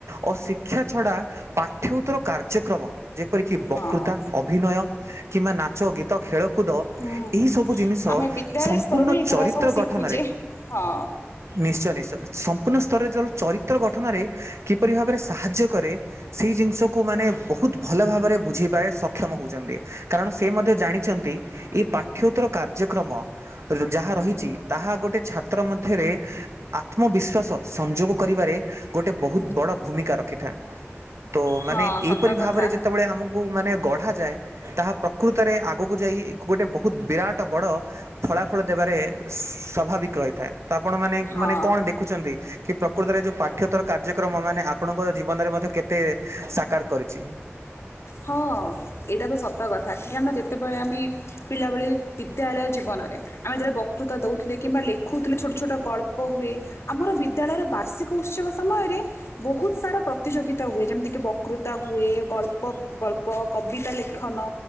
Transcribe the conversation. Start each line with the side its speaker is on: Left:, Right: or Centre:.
Right: ଓ ଶିକ୍ଷା ଛଡା ପାଠ୍ୟଉତ୍ତର କାର୍ଯ୍ୟକ୍ରମ। ଯେପରିକି ବକୃତା
Left: ହଁ ହଁ
Right: ଅଭିନୟ କିମ୍ବା ନାଚ ଗୀତ ଖେଳକୁଦ
Left: ହୁଁ।
Right: ଏହି ସବୁ ଜିନିଷ
Left: ଆମେ ବିଦ୍ୟାଳୟ
Right: ସମ୍ପୂର୍ଣ୍ଣ
Left: ସ୍ତରରୁ ଏଗୁଡା
Right: ଚରିତ୍ର
Left: ସବୁ ଶିଖୁଛେ
Right: ଗଠନରେ
Left: ହଁ।
Right: ନିଶ୍ଚୟ ନିଶ୍ଚୟ ସମ୍ପୂର୍ଣ୍ଣ ସ୍ତରରେ ଜରୁର ଚରିତ୍ର ଗଠନାରେ କିପରି ଭାବରେ ସାହାଯ୍ୟ କରେ? ସେହି ଜିନିଷକୁ ମାନେ ବହୁତ ଭଲ ଭାବରେ ବୁଝିବାରେ ସକ୍ଷମ ହଉଛନ୍ତି। କାରଣ ସେ ମଧ୍ୟ ଜାଣିଛନ୍ତି ଏଇ ପାଠ୍ୟଉତ୍ତର କାର୍ଯ୍ୟକ୍ରମ ରୁ ଯାହା ରହିଛି ତାହା ଗୋଟଏ ଛାତ୍ର ମଧ୍ୟରେ ଆତ୍ମବିଶ୍ୱାସ ସଂଯୋଗ କରିବାରେ ଗୋଟେ ବହୁତ
Left: ହୁଁ।
Right: ବଡ଼ ଭୂମିକା ରଖିଥା ତୋ
Left: ହଁ
Right: ମାନେ
Left: ସତ
Right: ଏଇପରି
Left: କଥା
Right: ଭାବରେ ଯେତେବେଳେ ଆମକୁ ମାନେ ଗଢାଯାଏ। ତାହା ପ୍ରକୃତରେ ଆଗକୁ ଯାଇ ଗୋଟେ ବହୁତ ବିରାଟ ବଡ ଫଳାଫଳ ଦେବାରେ ସ୍ୱଭାବିକ ରହିଥାଏ ତ ଆପଣ ମାନେ
Left: ହଁ।
Right: ମାନେ କଣ ଦେ ଖୁଛନ୍ତି କି ପ୍ରକୃତରେ ଯୋଉ ପାଠ୍ୟତ୍ତର କାର୍ଯ୍ୟକ୍ରମ ମାନେ ଆପଣଙ୍କ ଜୀବନରେ ମଧ୍ୟ କେ ତେ ସାକାର କରିଛି।
Left: ହଁ ଏଇଟା ତ ସତ କଥା କି ଆମେ ଯେତେବେଳେ ଆମେ ପିଲା ଭଳି ବିଦ୍ୟାଳୟ ଜୀବନରେ ଆମେ ଯେବେ ବକୃତା ଦଉଥିଲେ କିମ୍ବା ଲେଖୁଥିଲେ ଛୋଟ ଛୋଟ ଗଳ୍ପ ହୁଏ। ଆମର ବିଦ୍ୟାଳୟର ବାର୍ଷିକ ଉତ୍ସବ ସମୟରେ ବହୁତ ସାରା ପ୍ରତିଯୋଗିତା ହୁଏ ଯେମିତି କିି ବକୃତା ହୁଏ ଗଳ ପ ଗଳ୍ପ କବିତା ଲେଖନ